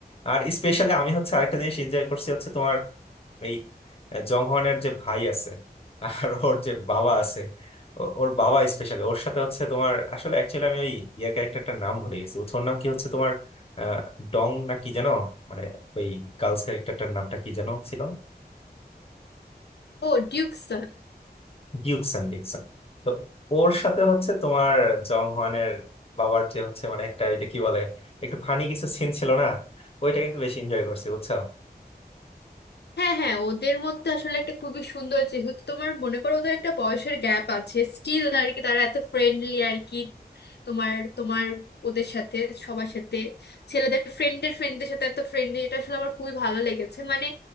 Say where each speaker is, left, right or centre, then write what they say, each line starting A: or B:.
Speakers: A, on the left; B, on the left.
A: আর স্পেশালি আমি হচ্ছে আরেকটা জিনিস এনজয় করছি হচ্ছে তোমার এই জংহনের যে ভাই আছে আর ওর যে বাবা আছে ও- ওর বাবা স্পেশালি ওর সাথে হচ্ছে তোমার আসলে অ্যাকচুয়ালি আমি ওই ইয়ে ক্যারেক্টারটার নাম ভুলে গেছি ওর ওর নাম কি হচ্ছে তোমার আহ, ডং না কি যেন মানে ওই গার্লস ক্যারেক্টারটার নামটা কি যেন ছিল
B: ও ডিউকসন
A: ডিউকসন ডিউকসন তো ওর সাথে হচ্ছে তোমার জংহনের বাবার যে হচ্ছে মানে একটা ওইটা কি বলে একটু ফানি কিছু সিন ছিল না ওইটা কিন্তু বেশি এনজয় করছি বুঝছো
B: হ্যাঁ হ্যাঁ ওদের মধ্যে আসলে একটা খুবই সুন্দর যেহেতু তোমার মনে করো ওদের একটা বয়সের গ্যাপ আছে স্টিল আর কি তারা এত ফ্রেন্ডলি আর কি তোমার তোমার ওদের সাথে সবার সাথে ছেলেদের ফ্রেন্ডের ফ্রেন্ডদের সাথে এত ফ্রেন্ডলি এটা আসলে আমার খুবই ভালো লেগেছে মানে